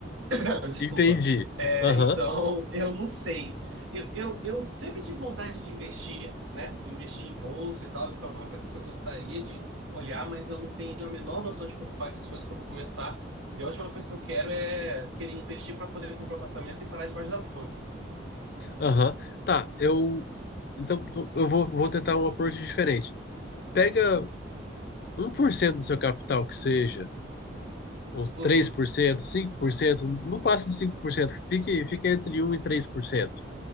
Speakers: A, on the right; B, on the left.
A: <laughs> desculpa.
B: entendi.
A: É,
B: Aham,
A: então, eu não sei. Eu, eu, eu sempre tive vontade de investir, né? Investir em bolsa e tal, então é uma coisa que eu gostaria de olhar, mas eu não tenho a menor noção de como faz essas coisas, como começar. E a última coisa que eu quero é querer investir para poder comprar um apartamento e parar debaixo da ponte.
B: aham. Tá, eu. Então, tô- eu vou, vou tentar um approach diferente. Pega um por cento do seu capital, que seja, uns
A: Uhum.
B: três por cento, cinco por cento, não passe de 5%, fique, fique entre um e 3%.